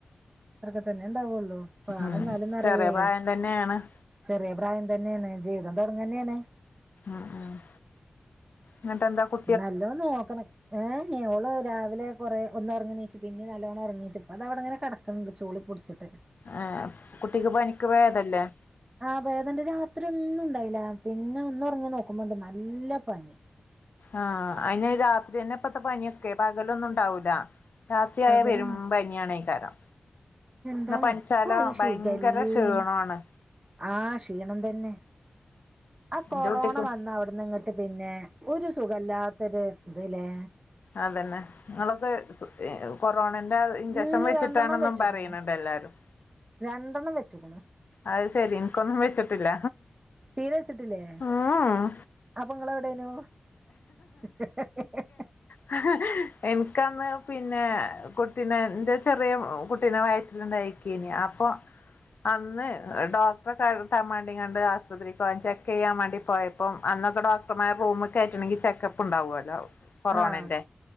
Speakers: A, on the right; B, on the left.
A: അത്രൊക്കെ തന്നെ ഉണ്ടാവുള്ളൂ പാവ
B: ഉം
A: എന്നാലുംന്നറയേ
B: ചെറിയ പ്രായം തന്നെയാണ്
A: ചെറിയ പ്രായം തന്നെയാണ് ജീവിതം തുടങ്ങ തന്നെയാണ്.
B: ആഹ് ആഹ് എന്നട്ടന്താ കു.
A: നല്ലോ നോക്കണ. ഏ ഓൾ രാവിലെ കുറെ ഒന്ന്റങ്ങിച്ചു പിന്നെ നല്ലവണ്ണം ഇറങ്ങീട്ടു ഇപ്പോ ദ ഇവിടെങ്ങനെ കട ക ചോളി പൊടിച്ചിട്ട്.
B: ഏ കുട്ടിക്ക് പനിക്ക് ഭേദല്ലേ.
A: ആഹ ബേദണ്ട് രാത്രി ഒന്നും ഉണ്ടായില്ല പിന്നെ ഒന്ന ഉറങ്ങി നോക്കുമ്പോണ്ട് നല്ല പനി.
B: ആഹ അയിന് രാത്രി തന്നെ ഇപ്പത്തെ പനിയൊക്കെ പകലൊന്നും ഉണ്ടാവൂല. രാത്രിയായ
A: പകലൊന്നും
B: വരുമ്പനിയാണേകാരം
A: എന്താന്നോ
B: ഇന്നാ പനിച്ചാലോ
A: ഇപ്പൊ ഈ
B: ഭയങ്കര
A: ശിഖല്ലേം
B: ക്ഷീണാണ്.
A: ആഹ് ക്ഷീണം തന്നെ ആ കൊറോണ
B: എന്റെ കുട്ടിക്കും
A: വന്ന അവിടന്ന് ഇങ്ങട്ട്. ദ് പിന്നെ ഒരു സുഖല്ലാത്തൊരു ഇതിലേ
B: അതന്നെ നിങ്ങളൊക്കെ കൊറോണന്റെ ഇഞ്ചക്ഷൻ
A: ഇന്ന്
B: വെച്ചിട്ടാണും
A: രണ്ടെണ്ണം വെച്ച്ക്ക്ണു
B: പറയുന്നുണ്ട് എല്ലാരും.
A: രണ്ടെണ്ണം വെച്ചക്ണു
B: അത് ശെരി നിക്കൊന്നും വെച്ചിട്ടില്ല
A: തീരെ വച്ചിട്ടില്ലേ
B: ഉം
A: അപ്പൊ നിങ്ങളെവിടെനു ഹ ഹ
B: ഹ ഹ എനിക്കന്ന് പി പിന്നെ കുട്ടീനെ ൻ്റെ ചെറ്യാ കുട്ടീനെ വയറ്റിലണ്ടായിക്ക നേഅപ്പൊ അന്ന് ഡോക്ടറെ കട്ടാൻ വാണ്ടി കാണ്ട് ആശുപത്രിക്ക് പോയാൻ ചെക്ക് ചെയ്യാൻ വാണ്ടി പോയ അപ്പം അന്നൊക്കെ ഡോക്ടർമാർ റൂമിൽ കയറ്റണങ്കിൽ ചെക്കപ്പ്ണ്ടാവുല്ലോ കൊറോണന്റെ
A: ആഹ്